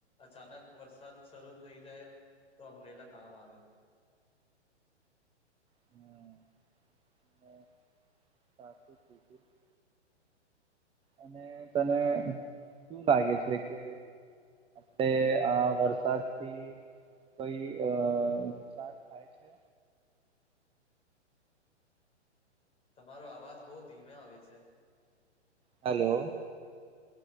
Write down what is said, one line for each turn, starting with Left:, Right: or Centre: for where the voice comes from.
Left: અચાનક વરસાદ શરૂ થઇ જાય તો અમનેલા કામ આવે.
Right: <inaudible> અને તને શું લાગે છે કે. આપ આ વરસાદ થી કઈ નુકસાન થાય છે.
Left: તમારો આવાજ બઉુ ધીમે આવે છે.
Right: હલો.